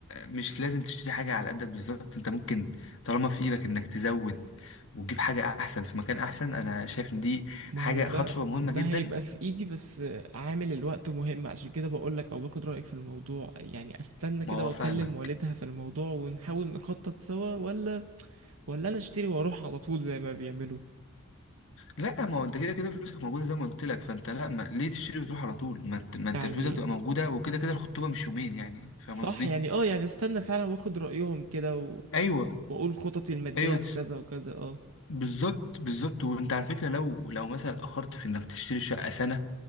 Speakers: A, on the left; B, on the right.
A: مش لازم تشتري حاجه على قدك بالظبط انت ممكن طالما في ايدك انك تزود وتجيب حاجه احسن في مكان احسن انا شايف ان دي
B: ما
A: حاجه
B: هو ده
A: خطوه مهمه
B: ده
A: جدا
B: هيبقى في ايدي بس عامل الوقت مهم عشان كده بقولك او باخد رأيك في الموضوع يعني استنى كده
A: ما هو
B: واكلم
A: فاهمك
B: والدها في الموضوع ونحاول نخطط سوا ولا ولا انا اشتري واروح على طول زي ما بيعملوا
A: لا ما هو انت كده كده فلوسك موجوده زي ما قلت لك فانت لا ما ليه تشتري وتروح على طول ما انت ما انت
B: يعني
A: فلوسك تبقى موجوده وكده كده الخطوبه مش يومين يعني فاهم
B: صح
A: قصدي
B: يعني اه يعني استنى فعلا واخد رأيهم كده و...
A: ايوه
B: واقول خططي المادية
A: ايوه
B: في كذا وكذا اه
A: بالظبط بالظبط وانت على فكره لو لو مثلا اتاخرت في انك تشتري شقه سنه